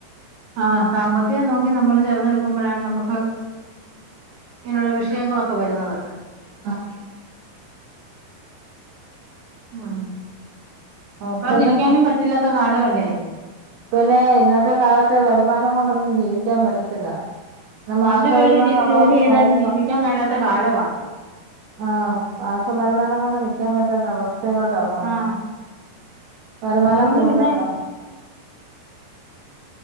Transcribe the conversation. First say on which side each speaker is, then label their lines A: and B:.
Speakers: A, on the right; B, on the right.
A: ആഹ് സാമ്പത്തികം നോക്കി നമ്മള് ചെറ്തെടുക്കുമ്പഴാണ് നമുക്ക് ഇങ്ങനുള്ള വിശ് ഷയങ്ങളൊക്കെ വരുന്നത്
B: അതെ
A: ഉം നോക്കാതിരിക്കാനും
B: പിന്നെ
A: പറ്റില്ലാത്ത കാലവല്ലേ
B: പിന്നേ.. ഇന്നത്തെ കാലത്ത് വരുമാനം കൊണ്ടൊന്നും ജീവിക്കാൻ പറ്റത്തില്ല പിന്നെ മാസ
A: രണ്ടു പേര്
B: വരുമാനം ഉള്ളവർക്ക്
A: ജോലി ചെയ്താലും
B: ഭയങ്കര
A: ജീവിക്കാൻ
B: <unintelligible>
A: മേലാത്ത കാലവാ
B: ആഹ് മാസ വരുമാനം കൊണ്ട് നിക്കാൻ പറ്റാത്ത അവസ്ഥയിലോട്ടാ പോന്നെ.
A: ആഹ്
B: വരുമാനം
A: അതുകൊണ്ട്
B: കൂടുതൽ
A: പിന്നെ
B: വേണം